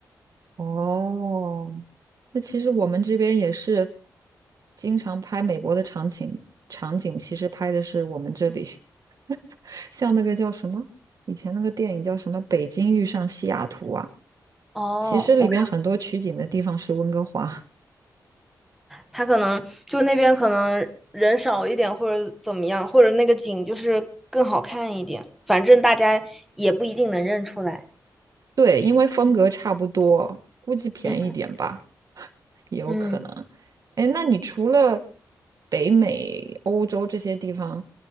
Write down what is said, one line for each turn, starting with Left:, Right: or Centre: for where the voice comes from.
Right: 哦，那其实我们这边也是经常拍美国的场景，场景其实拍的是我们这里，<laughs> 像那个叫什么，以前那个电影叫什么《北京遇上西雅图》啊？
Centre: 哦，
Right: 其实里边很多取景的地方是温哥华，
Centre: 我。他可能就那边可能人少一点，或者怎么样，或者那个景就是更好看一点。反正大家也不一定能认出来。
Right: 对，因为风格差不多，估计便宜一点吧，
Centre: 嗯
Right: 也有可能。
Centre: 嗯。
Right: 哎，那你除了北美、欧洲这些地方，